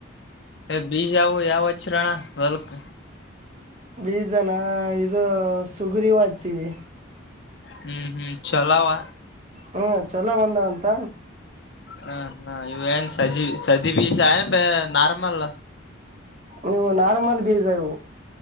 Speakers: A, on the left; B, on the right.
A: ಬೀಜ ಅವಾವ ಯಾವಚ್ಚರಣ ಹೊಲ್ಕ
B: ಬೀಜನ ಇದು ಸುಗರಿವು ಹತೀವಿ
A: ಹ್ಮ್ ಹ್ಮ್ ಚೊಲೋ ಅವ
B: ಹ್ಮ್ ಚಲೋ ಒಂದ ಅಂತ
A: ಹಾ ಹಾ ಇಏನು ಸಜ ಸದಷ ಬ ನಾರ್ಮಲ್
B: ನೀವು ನಾರ್ಮಲ್ ಬೀಜ ಇವು